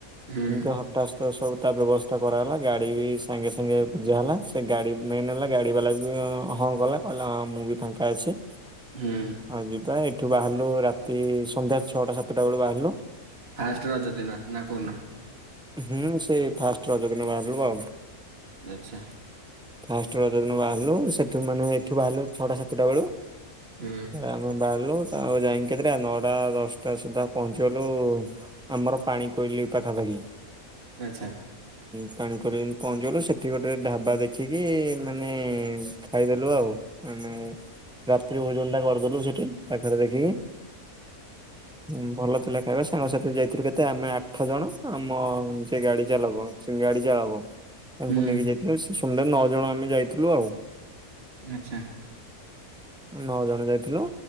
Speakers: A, on the right (about 40°); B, in the centre.
A: ହୁଁ
B: ଏ ହ ହଟାସ୍ଥ ସବୁ ତା ବ୍ୟବସ୍ଥା କରାଗଲା ଗାଡି ବି ସାଙ୍ଗେ ସାଙ୍ଗେ ବୁଜା ହେଲା ସେ ଗାଡି ମେନ୍ ହେଲା ଗାଡି ବାଲା ବି ହଁ ଗଲା କହିଲା ହଁ ମୁଁ ବି ଫାଙ୍କା ଅଛି।
A: ହୁଁ
B: ହଉ ଯିବା ଏଇଠୁ ବାହାରିଲୁ ରାତି ସନ୍ଧ୍ୟା ଛଅଟା ସାତଟା ବେଳୁ ବାହାରିଲୁ।
A: ଫାଷ୍ଟ ରଜ ଦିନ ନା କୋଉଦିନ?
B: ହୁଁ ସେ ଫାଷ୍ଟ ରଜ ଦିନ ବାହାରିଲୁ ଆଉ।
A: ଆଚ୍ଛା
B: ଫଷ୍ଟଦିନ ଦିନ ବାହାରିଲୁ ସେଠୁ ମାନେ ଏଠୁ ବାହାରିଲୁ ଛଅଟା ସାତଟା ବେଳୁ
A: ହୁଁ
B: ଆମେ ବାହାରିଲୁ ତା ଯାଇକି କେଥିରେ ନଅଟା ଦଶଟା ସୁଦ୍ଧା ପହଞ୍ଚିଗଲୁ ଆମର ପାଣି କୋଇଲି ପାଖାପାଖି।
A: ଆଛା।
B: ପାଣିିକୋଇଲି ଜାଇଙ୍କି ପହଞ୍ଚଗଲୁ ସେଠି ଗୋଟେ ଢାବା ଦେଖିକି ମାନେ ଖାଇଦେଲୁ ଆଉ ମାନେ ତ୍ରି ଭୋଜନ ଟା କରିଦେଲୁ ସେଠି ପାଖରେ ଦେଖିକି ହୁଁ। ଭଲ ଥିଲା ଖାଇବା ସାଙ୍ଗସାଥି ଯାଇଥିଲୁ କେତେ ଆମେ ଆଠ ଜଣ ଆମ ଯିଏ ଗାଡି ଚାଲକ ଗାଡ଼ି ଯାହା ହବ ତାଙ୍କୁ
A: ହୁଁ
B: ନେଇକି ଯାଇଥିଲୁ ସେ ସମୁଦାୟେ ନଅ ଜଣ ଆମେ ଯାଇଥିଲୁ ଆଉ।
A: ଆଛା।
B: ନଅ ଜଣ ଯାଇଥିଲ